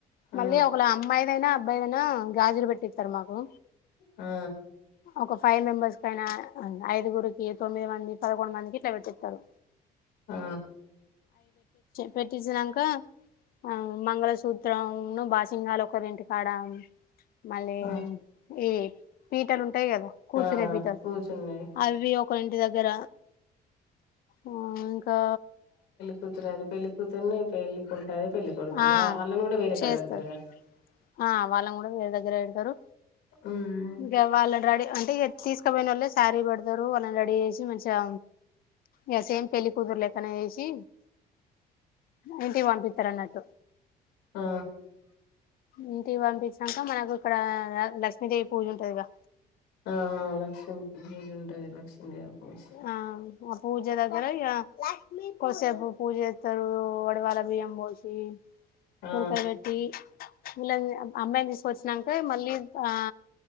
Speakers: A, on the left (about 85°); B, on the left (about 60°).
A: ఆ
B: మళ్ళీ ఒక అమ్మాయిదైనా బ ఆ గాజులు పెట్టిత్తారు మాకు
A: ఆ
B: ఒక ఫైవ్ మెంబర్స్కైనా ఐదుగురు ఈ తొమ్మిది మంది పదకొండు మందికి ఇట్లా పెట్టిస్తారు
A: ఆ
B: పెట్టించినంక ఆ మంగళసూత్రం ను బాసింగాలు ఒకరింటి కాడ మళ్ళీ
A: ఆ
B: ఏ పీటలుం టాయి కదా కూర్చునే
A: ఆ
B: పీటలు
A: కూర్చున్నాయి
B: అవి ఒకరింటి దగ్గర ఆ ఇంకా
A: కూతురది పెళ్లి కూతుర్ని పెళ్ళి కొడుకు అది పెళ్లి కొడుకుని
B: ఆ
A: ఆళ్ళని కూడా వేరే
B: చేస్తారు
A: కాడ పెడతారుగా
B: ఆ వాళ్ళని కూడా వేరే దగ్గర పెడతారు
A: ఉమ్
B: ఇంకా వాళ్ళని రడీ అ తీసుకపోయినోళ్ళే శారీ పెడతారు వాళ్ళని రెడీ చేసి మంచిగా యా సేమ్ పెళ్ళ కుతురు లెక్కనే చేేసి ఇంటికి పంపిత్తారన్నట్టు
A: ఆ
B: ఇంటికి పంపించాక మనకు ఇక్కడ లక్ష్మీదేవి పూజ ఉంటదిగా
A: ఆ లక్ష్మి <unintelligible> ఉంటలే <unintelligible>
B: ఆ ఆ పూజ దగర ఇగ కొసేపు పూజ చేత్తారు వొడవాల బియ్యంబోశి
A: ఆ
B: ఉడుక పెట్టి వీళ్ళని అమ్మాయిని తీసుకొచ్చినాంక మళ్ళీ ఆ